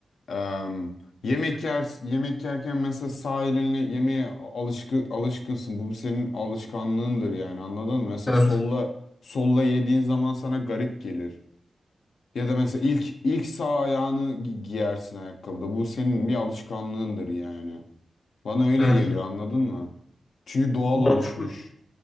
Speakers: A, on the left (about 80°); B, on the left (about 25°).
A: Em, yemek yer yemek yerken mesela sağ elinle yemeğe alışkı, alışkınsın. Bu senin alışkanlığındır yani anladın mı? Mesela
B: Evet.
A: solla solla yediğin zaman sana garip gelir. Ya da mesela ilk ilk sağ ayağını gi- giyersin ayakkabıda. Bu senin bir alışkanlığındır yani. Bana öyle
B: Evet.
A: geliyor anladın mı? Çünkü doğal
B: Mantıklı.
A: oluşmuş.